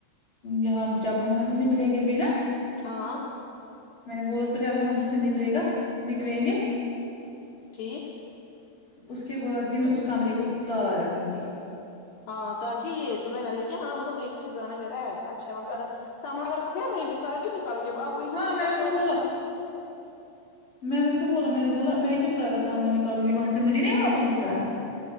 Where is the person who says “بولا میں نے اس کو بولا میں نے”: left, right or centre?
Left